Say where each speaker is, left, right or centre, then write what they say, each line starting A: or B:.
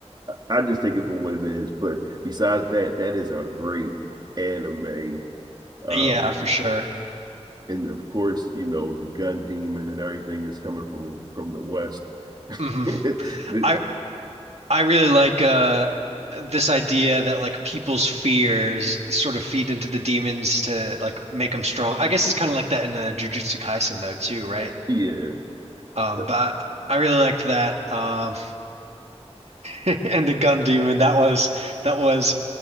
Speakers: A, on the right; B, on the right.
A: I, I just take it for what it is. But besides that, that is a great anime. Um,
B: Yeah, for sure.
A: and of course, you know, the gun demon and everything is coming from from the West. <laughs>
B: hmm
A: The-
B: I
A: the-
B: I really like uh this idea that like people's fears sort of feed into the demons to like make them strong. I guess it's kind of like that in uh, Jujutsu Kaisen though too, right?
A: yeah,
B: Um,
A: uh,
B: but I really liked that. Um, <laughs> and the gun demon that was that was